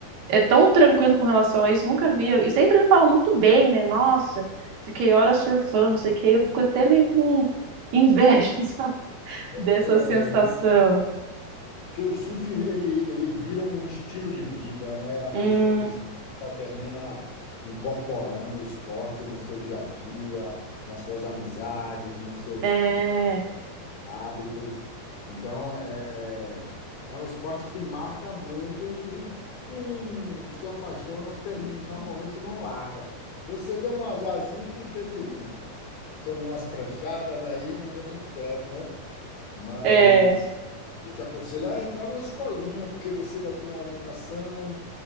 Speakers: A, on the right; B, on the left.
A: é tão tranquilo com relação a isso, nunca via. E sempre me falam muito bem, né? Nossa, fiquei horas surfando, não sei o que. Eu fico até meio com inveja, <laughs> sabe? Dessa
B: é,
A: sensação.
B: não, porque o surf ele, ele vira um estilo de vida, né? A pessoa
A: Hum,
B: que só termina incorporando o esporte no seu dia a dia, nas suas amizades, nos seus
A: é,
B: hábitos. Então, é, é um esporte que marca muito e quem se apaixona tem- normalmente não larga. Você deu um azarzinho que teve, <laughs> tomou umas pranchadas aí, não deu muito certo, né? Mas
A: é,
B: eu te aconselho a entrar numa escolinha, porque você vai ter uma orientação